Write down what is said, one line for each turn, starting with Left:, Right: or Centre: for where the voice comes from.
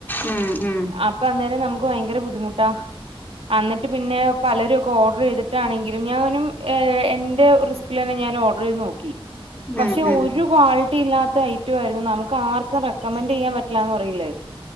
Left: ഉം ഉം ഉം ഉം
Right: അപ്പ അന്നേരം നമ്മ് ഇപ്പം ഭയങ്കര ബുദ്ധിമുട്ടാ. ആ ഇന്നെട്ട് പിന്നെ പലെരും ക്കെ ഓഡെർ ചെയ്തിട്ടാണെങ്കിലും ഞാനും ഏ എന്റെ റിസ്ക്കിലെന്നെ ഞാൻ ഓഡെർ ചെയ്ത് നോക്കി
Left: ഉം
Right: പക്ഷെ
Left: ഉം ഉം ഉം
Right: ഒര് ക്വാളിറ്റി ഇല്ലാ ത്ത ഐറ്റുവായിരുന്നു നമുക്ക് ആർക്കും റെക്കമെന്റ് ചെയ്യാൻ പറ്റില്ലാന്ന് പറയില്ലെ